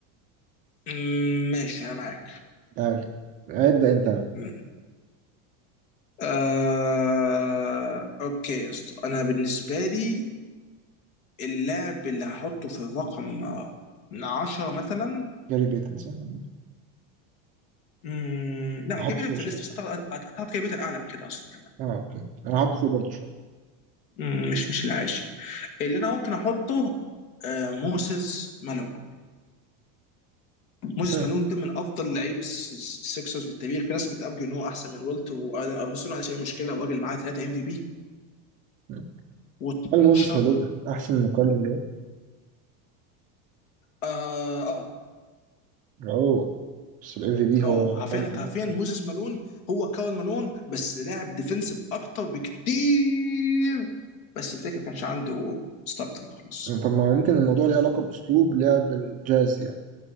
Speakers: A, on the left; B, on the right.
A: مم، ماشي انا معاك
B: تعالى ابدا انت يا عم
A: مم. آه، اوكي يا اسطى انا بالنسبه لي اللاعب اللي هحطه في الرقم آه، من 10 مثلا
B: جاري بيتنسون
A: مم، لا
B: احطه
A: هو كيفن
B: فوق
A: في
B: شويه
A: الليست بس اعتقد اعتقد كيفن اعلى من كده اصلا كمان
B: اه اوكي انا هحط فوق برضه شويه
A: مم، مش مش العاشر اللي انا ممكن احطه آه، موسيس مالون موسيس
B: مم.
A: مالون ده من افضل لعيب السكسرز في التاريخ في ناس بتأرجو ان هو احسن من والتر والن ايفرسون ما عنديش اي مشكله الراجل معاه 3 ام في بي
B: مم.
A: و12
B: كارل موزيس مالون احسن من كارل مالون
A: اه آه.
B: اوه بس الاف في بي
A: اه
B: هو
A: عارفين
B: كارل مالون
A: عارفين
B: في الاخر
A: موزيس مالون هو كارل مالون بس لاعب ديفنسيف اكتر بكتير بس الفكره ما كانش عنده ستاكتم خلاص
B: يعني طب ما يمكن الموضوع ليه علاقه باسلوب لعب الجاز يعني